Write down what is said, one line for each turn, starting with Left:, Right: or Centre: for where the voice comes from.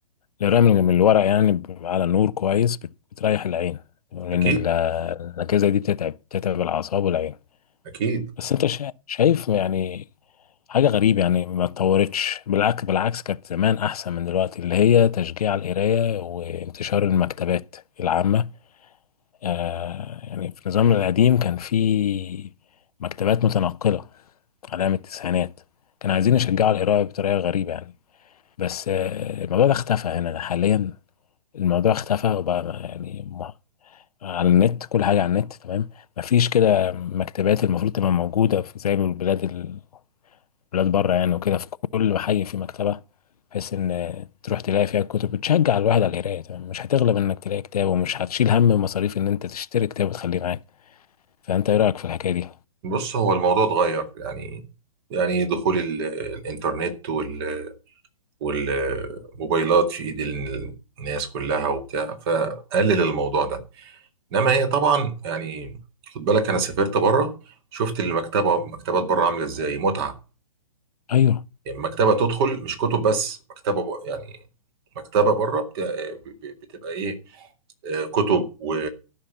Left: الرمل من الورق يعني ب- على النور كويس بت- بتريح العين لان
Right: اكيد
Left: ال- الاجهزه دي بتتعب بتتعب الاعصاب والعين
Right: اكيد
Left: بس انت شا- شايف يعني حاجة غريبة يعني ما اتطورتش بالعكس بالعكس كانت زمان أحسن من دلوقتي اللي هي تشجيع القراية وانتشار المكتبات العامة آه يعني في النظام القديم كان في مكتبات متنقلة على أيام التسعينات كانوا عايزين يشجعوا القراية بطريقة غريبة يعني بس آه الموضوع ده اختفى هنا حاليا الموضوع اختفى وبقى يعني م- على النت كل حاجة على النت تمام مفيش كده مكتبات المفروض تبقى موجودة في زي ما البلاد بلاد بره يعني وكده في كل محي في مكتبة بحيث ان تروح تلاقي فيها الكتب بتشجع الواحد على القراية تمام مش هتغلب انك تلاقي كتاب ومش هتشيل هم مصاريف ان انت تشتري كتاب وتخليه معاك فانت ايه رأيك في الحكاية دي
Right: بص هو الموضوع اتغير يعني يعني دخول ال- الانترنت وال والموبايلات في ايد الناس كلها وبتاع فقلل الموضوع ده انما هي طبعا يعني خد بالك انا سافرت بره شفت المكتبه مكتبات بره عامله ازاي متعه
Left: ايوه
Right: يعني مكتبه تدخل مش كتب بس مكتبه ب- يعني مكتبه بره بت- ب- بتبقى ايه آه، كتب و...